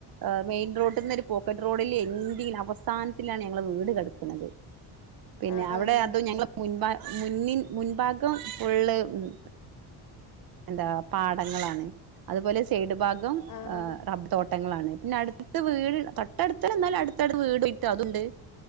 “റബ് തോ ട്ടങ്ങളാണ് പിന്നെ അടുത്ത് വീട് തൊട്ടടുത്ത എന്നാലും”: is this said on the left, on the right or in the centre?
Right